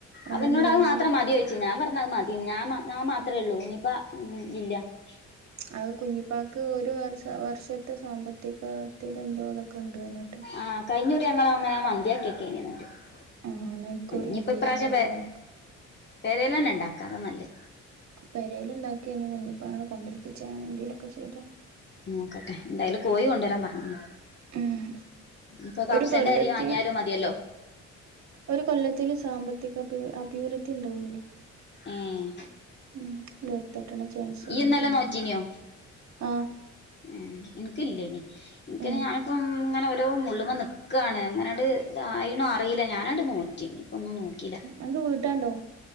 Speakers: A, on the right; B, on the left.
A: അതുണ്ടായാല്
B: അപ്പന്നോട് അത് മാത്രം മതിയോച്ച് ഞാ പറഞ്ഞ് അത് മതി <unintelligible> ഞാ മാ ഞാ മാത്രള്ളൂ ഞിപ്പ <unintelligible>
A: അത് കുഞ്ഞിപ്പാക്ക് ഒരുവർഷ വർഷത്തെ സാമ്പത്തീകത്തീലെന്തോ തൊക്കെ ണ്ട് പറഞ്ഞെട്ട്
B: ആ കഴിഞ്ഞുറി ഞങ്ങളങ്ങനെ മന്തിയെക്കെ ക്കെ <unintelligible>
A: ആഹ് എന്നാ ഇക്കുറി
B: ഞിപ്പൊ
A: എന്തേലും
B: ഇപ്രാശ്യം
A: നല്ല
B: പെ
A: വാങ്ങിക്കോ
B: പെരെലെന്നെ ണ്ടാക്ക അതാനല്ലെത്
A: പെരേല്ണ്ടാക്കെയ്ന്ന് കുഞ്ഞിപ്പാനോട് കൊണ്ടരിപ്പിച്ചാണ് ന്തെങ്കിലൊക്കെ ചെയ്തോ
B: നോക്കട്ടെ എന്തായാലും കോഴി കൊണ്ടെരാൻ പറഞ്ഞ്ന്ന്
A: ഉം
B: ഞിപ്പ കപ്സന്റെ
A: ഒരു കൊല്ലത്തി
B: അരി വാങ്ങിയാലും മതിയല്ലോ
A: ഒരു കൊല്ലത്തില് സാമ്പത്തിക അഭി അഭിവൃദ്ധി ണ്ടാവുല്ലോ
B: ഏഹ്
A: ഉം വെർതെട്ടണ ചാൻസല്ലെ
B: ഇയ്യ് ഇന്നലെ
A: ത് പിന്നാ
B: നോറ്റീനിയോ
A: ആഹ്
B: ഏഹ് എൻക്കില്ലേന്നി ഇൻക്ക്ങ്ങനെ
A: ഉം
B: ഞാനിപ്പം ങ്ങനെ ഒര് റ്റവും മുള്ളുമ്മ നിക്കാണ് അങ്ങനാണ്ട് തായീണു അറീല ഞാനാണ്ട് നോറ്റ് നിപ്പൊന്നും നോക്കീല
A: അൻക്ക് വീട്ടാണ്ടോ